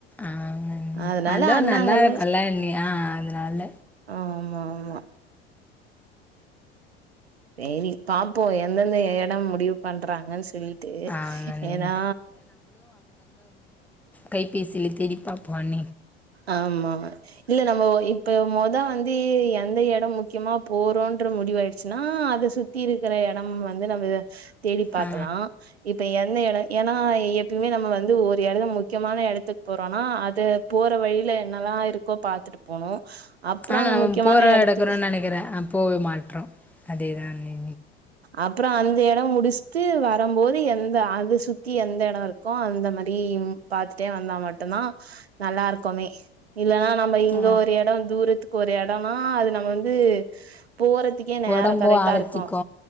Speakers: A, in the centre; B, on the right.
A: ஆங்கண்ணி
B: அதனால
A: அல்லோ
B: அண்ணாங்கள
A: நல்லா இருக்குல்ல அண்ணி ஆ அதனால
B: ஆ ஆமா ஆமா சேரி பாப்போ எந்தெந்த எடொ முடிவு பண்றாங்கன்னு சொல்லி த்து
A: ஆங்கண்ணி
B: ஏன்னா
A: கைபேசில தேடி பாப்போ அண்
B: ஆமா இல்ல நம்ப வந் இப்போ மொத வந் ந்து எந்த எடோ முக்கியமா போறோன்ற முடிவாயிடுச்சுன்னா அத சுத்தி இருக்குற எடமு வந்து நம்ப தேடி பாக்கலா
A: ஆ
B: இப்ப எந் ந்த எடோ ஏன்னா எப்பயுமே நம்ம வந்து ஒரு எடோ முக்யமான எடத்துக்கு போறோன்னா அது போற வழில என்னல்லா இருக்கோ பாத்துட்டு போனு அப்றோ
A: ஆனா
B: அந்த
A: நம்ம
B: முக்கியமான
A: போற
B: எடத்துக்கு
A: எடக்கறோன்னு நெனைக்கிறே ஆனா போவே மாட்றோ அதேதா அண்ணி
B: அப்றொ அந்த எடோ முடிஷ்ட்டு வரும்போது எந்த அது சுத்தி எந்த எடோ இருக்கோ அந்த மாரி பாத்துட்டே வந்தா மட்டுந்தா நல்லா இருக்குமே இல்லன்னா நம்ப இங்க
A: ஆ
B: ஒரு எடோ தூரத்து ஒரு எடோன்னா அது நம்ம வந்து போறதுக்கே நேரோ
A: ஒடம்பும்
B: கரெக்டா
A: அலத்திக்கு
B: இருக்கு